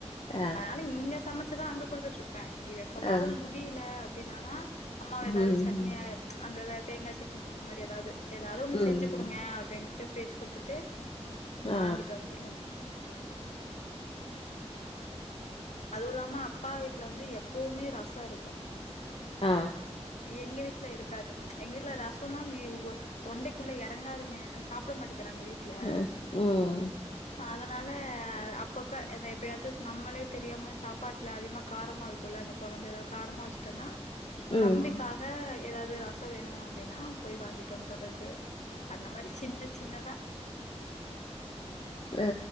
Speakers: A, on the left (about 55°); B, on the left (about 80°).
A: ஆ
B: அதனால இங்க சமைச்சதான் அங்க கொடுத்துட்டு இருப்பேன் இவ எப்பவாவது
A: ஆ
B: முடியல அப்படின்னானா அம்மாவ ஏதாவது
A: ம்
B: சட்னி அந்த ஏதாவது தேங்காய் சட்னி இந்த மாரி ஏதாவது ஏதாவது ஒன்னு
A: ம்
B: செஞ்சு கொடுங்க அப்படின்னுட்டு ட்டு பேச்சு கொடுத்துட்டு
A: ஆ
B: வாங்கிட்டு வந்துருவமே அதுவும் இல்லாம அப்பா வீட்ல வந்து எ எப்பவுமே ரசம் இருக்கும்
A: ஆ
B: எங்க வீட்ல இருக்காது எங்க வீட்ல ரசனும் தொண்டைக்குள்ள இறங்காதுங்க சாப்ப விட மாட்டிறாங்க வீட்டுல
A: ம் ம்
B: அதன அப்பப்ப எப்பயாவது நம்மளே தெரியாம சாப்பாட்டுல அதிகமா காரமா இருக்கும்ல்ல அந்த குழம்பு ஏதாவது காரமா வச்சுட்டேன்னா
A: ம்
B: தம்பிக்காக ஏதாவது ரசம் வேணும் அப்படின்னா போய் வாங்கிட்டு வந்து தர்றது அந்த மாரி சின்ன சின்னதா
A: ஆ